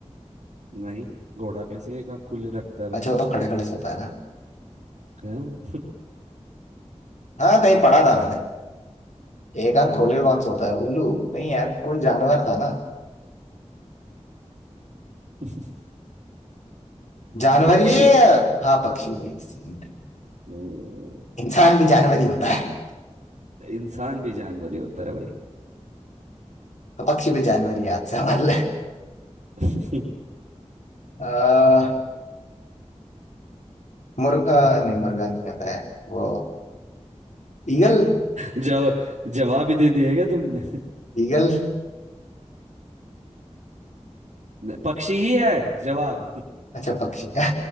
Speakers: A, on the right; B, on the left.
A: नहीं घोड़ा कैसे एक आंख खुली रखता है भाई
B: अच्छा वो तो खड़े खड़े सोता है ना
A: हैं?
B: हाँ कहीं पढ़ा था मैंने एक आंख
A: हम्म,
B: खोले हुए कौन सोता है उल्लू नहीं यार कोई जानवर था ना
A: <laughs>
B: जानवर
A: पक्षी
B: ये हाँ पक्षी वही सही है।
A: हम्म,
B: इंसान भी जानवर ही होता है
A: इंसान भी जानवर ही होता है भाई
B: तो पक्षी भी जानवर ही याद से हमारे लिए
A: <laughs>
B: अह, मुर्गा नहीं मुर्गा नहीं होता है वो ईगल
A: जवाब जवाब ही दे दिएगा तुमने
B: ईगल
A: <laughs> पक्षी ही है जवाब
B: अच्छा पक्षी <laughs> का